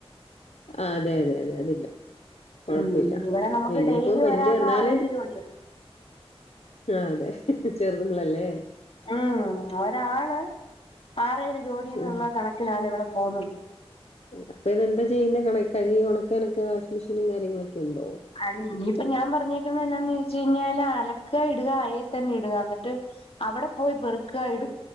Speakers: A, on the left; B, on the left.
A: ആഹ് അതെ അതെ അതെ അതില്ല കൊഴപ്പില്ല
B: ഉം ഇവിടെ
A: പഷേ
B: നമുക്ക്
A: ഇനിപ്പ
B: ഡെയിലി
A: വല്യ
B: ഒരാൾക്ക്
A: എന്നാലും
B: ആറേഴ് ജോടിയാ
A: ആഹ് അതെ ചെറുത്ങ്ങളല്ലേ
B: ഉം ഒരാള് ആറെഴ് ജോഡിന്നുള്ള
A: ഉം.
B: കണക്കിലാണ് ഇവടെ പോന്നത്
A: അപ്പ ഇതെന്താ ചെയ്യുന്നെ കണ കഴുകി ഒണക്കനെക്കെ വാഷിംഗ് മെഷീനും കാര്യങ്ങളൊക്കെ ഒണ്ടോ
B: <unintelligible> ഇനിപ്പ ഞാൻ പറഞ്ഞേക്കുന്ന എന്നാന്ന് ചോയിച്ച് കഴിഞ്ഞാല് അലക്ക ഇടുക അയെ തന്നെ ഇടുക എന്നിട്ട് അവടെ പോയി പെറുക്കാ ഇട്